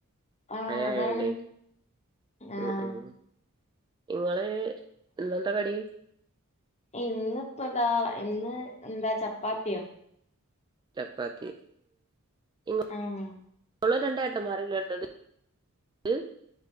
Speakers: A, on the left; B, on the right.
A: ആഹ്
B: മഴ
A: അതാണ്
B: ആയോണ്ട്
A: ആഹ്
B: ഉം ഉം നിങ്ങള് ഇന്നെന്താ കടി
A: ഇന്നിപ്പതാ ഇന്ന് എന്താ ചപ്പാത്തിയോ
B: ചപ്പാത്തി ഉം
A: ആഹ്
B: <unintelligible> <unintelligible>